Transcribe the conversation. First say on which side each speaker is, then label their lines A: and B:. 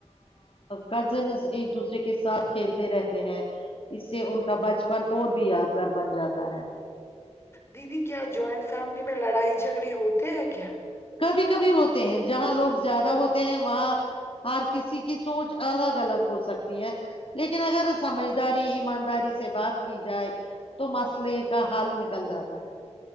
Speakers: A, on the left; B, on the left.
A: کزنز ایک دوسرے کے ساتھ کھیلتے رہتے ہیں اس سے ان کا بچپن اور بھی یادگار بن جاتا ہے
B: دیدی کیا جوائنٹ فیملی میں لڑائی جھگڑی ہوتے ہیں کیا
A: کبھی کبھی ہوتے ہیں جہاں لوگ زیادہ ہوتے ہیں وہاں ہر کسی کی سوچ الگ الگ ہو سکتی ہے لیکن اگر سمجھداری ایمانداری سے بات کی جائے تو مسئلے کا حل نکل جاتا ہے